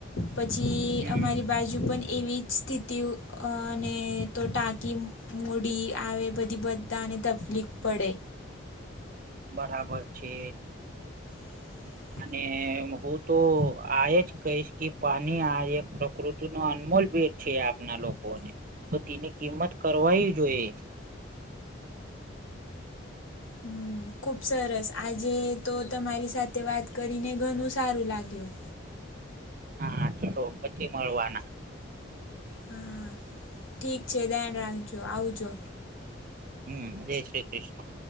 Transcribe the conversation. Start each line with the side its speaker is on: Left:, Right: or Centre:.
Left: પછી
Right: હમ
Left: અમારી બાજુ પણ એવી જ સ્થિતિ તે અને તો ટાંકી મૂડી આવે બધી બધાને તકલીફ પડે
Right: બરાબર છે
Left: <inaudible>
Right: અને હું તો આજ કહીશ કે પાણી આ એક પ્રકૃતિ નો અનમોલ ભ છે આપના લોકોને તો તેની કિંમત કરવાવી જોઈ
Left: હમ ખુબ સરસ આજે તો તમારી સાથે વાત કરીને ઘણુ સારું લાગ્યું.
Right: હા ચાલો પછી મળવાના-
Left: હા ઠીક છે ધ્યાન રાખજો આવજો.
Right: હમ જય શ્રી કૃષ્ણ.